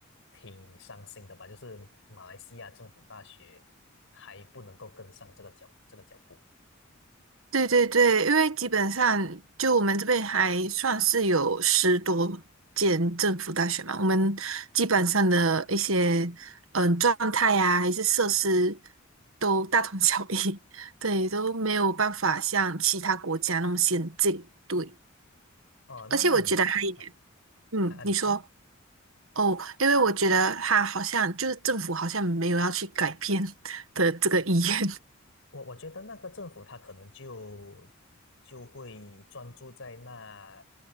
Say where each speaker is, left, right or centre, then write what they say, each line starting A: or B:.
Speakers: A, on the left; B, on the right.
A: 挺伤心的吧，就是马来西亚政府大学还不能够跟上这个脚这个脚步。
B: 对对对，因为基本上就我们这边还算是有十多间政府大学嘛，我们基本上的一些嗯状态呀、还是设施都大同小异，<laughs> 对，都没有办法像其他国家那么先进，对。
A: 哦，那么你啊
B: 而且我觉得还有一点嗯，
A: 啊，啊你说。
B: 你说哦，因为我觉得他好像就是政府好像没有要去改变 <laughs> 的这个意愿，
A: 我我觉得那个政府他可能就就会专注在那